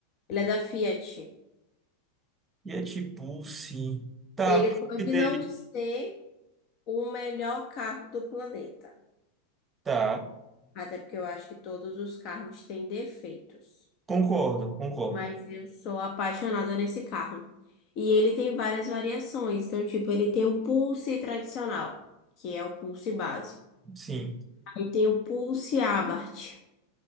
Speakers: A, on the left (about 50°); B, on the right (about 20°).
A: Ele é da Fiat.
B: E é de Pulse. Tá,
A: Ele
B: me fale
A: pode
B: dele.
A: não ser o melhor carro do planeta.
B: Tá.
A: Até porque eu acho que todos os carros têm defeitos.
B: Concordo, concordo.
A: Mas eu sou apaixonada nesse carro. E ele tem várias variações. Então, tipo, ele tem o Pulse tradicional, que é o Pulse básico.
B: Sim,
A: Aí tem o Pulse Abarth.